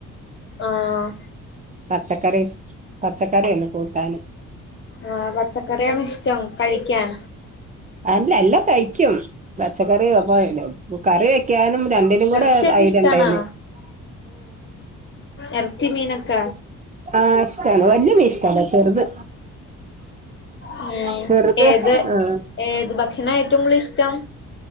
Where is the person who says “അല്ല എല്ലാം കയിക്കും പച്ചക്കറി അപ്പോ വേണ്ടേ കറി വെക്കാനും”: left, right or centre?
Right